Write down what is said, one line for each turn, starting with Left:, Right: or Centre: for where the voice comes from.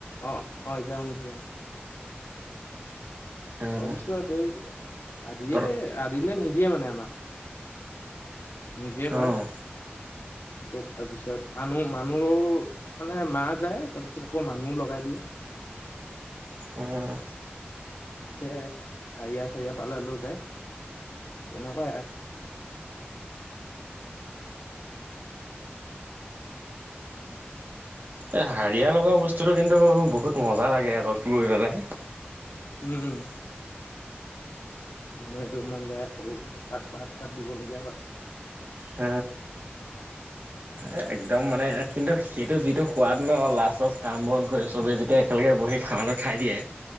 Left: অ অ এতিয়া শুনিছো অ
Right: অঁ
Left: তাৰ পিছত এই আদিয়ে
Right: তহঁতৰ
Left: আদিলে নিদিয়ে মানে আমাক নিজে কয়
Right: অঁ
Left: চব তাৰপিছত মানুহ মানুহো মানে মাহ যায় তাৰপিছত আকৌ মানুহ লগাই দিয়ে
Right: উম
Left: কে হাৰিয়া চাৰিয়া পালে লৈ যায় তেনেকুৱাই
Right: এই হাৰিয়া লগোৱা বস্তুটো কিন্তু বহুত মজা লাগে আকৌ গৈ পেলাই
Left: উম উম মানুহ এদোমমান যায় আৰু পথাত ভাত চাত দিবলগীয়া হয়
Right: হ এ একদম মানে কিন্তু সেইটো যিটো সোৱাদ ন লাষ্টত কাম বন কৰি চবে যেতিয়া তেওঁলোকে বহি খানাটো খাই দিয়ে